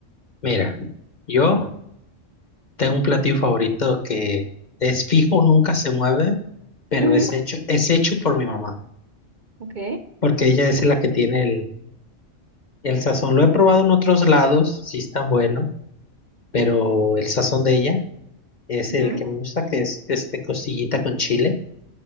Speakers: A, on the left (about 40°); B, on the right (about 45°).
A: Mira, yo tengo un platillo favorito que es fijo, nunca se mueve, pero
B: Ujú,
A: es hecho, es hecho por mi mamá,
B: ok
A: porque ella es la que tiene el, el sazón. Lo he probado en otros lados, sí es tan bueno, pero el sazón de ella. Es
B: ujú,
A: el que me gusta, que es este costillita con chile,